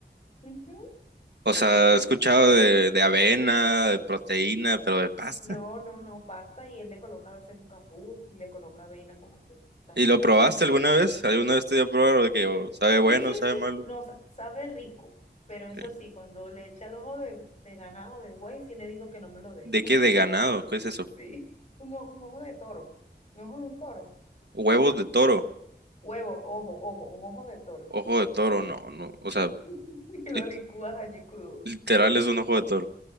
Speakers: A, on the left; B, on the right.
A: Ujú,
B: O sea,
A: sí.
B: he escuchado de, de avena, de proteína, pero de pasta.
A: No, no, no, pasta y él le coloca a veces un cambur, le coloca avena como tú estás
B: ¿Y
A: diciendo.
B: lo probaste alguna vez? ¿Alguna vez te dio a probar o de que o sabe
A: Sí,
B: bueno,
A: sí,
B: sabe
A: sí,
B: malo?
A: no, sa- sabe rico, pero eso
B: ¿Qué?
A: sí, cuando le echa el ojo de, de ganado, de buey, sí le digo que no me lo dé.
B: ¿De
A: <laughs>
B: qué? ¿De ganado? ¿Qué es eso?
A: Sí, un ojo, un ojo de toro, un ojo de un toro,
B: ¿Huevos de toro?
A: huevo, ojo, ojo, un ojo de toro.
B: ¿Ojo de toro? No, no. O sea,
A: <laughs> Y lo
B: li-
A: licúas allí crudo.
B: literal es un ojo de toro.